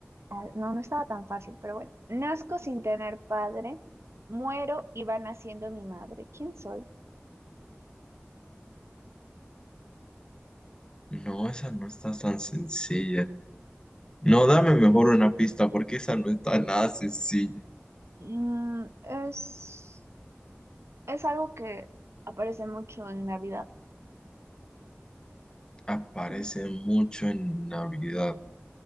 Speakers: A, on the right (about 80°); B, on the left (about 20°).
A: Ah, No, no estaba tan fácil, pero bueno. Nazco sin tener padre, muero y va naciendo mi madre. ¿Quién soy?
B: No, esa no está tan sencilla. No, dame mejor una pista porque esa no está nada sencilla.
A: Mm, es, es algo que aparece mucho en Navidad.
B: Aparece
A: ¿Quién era?
B: mucho en Navidad.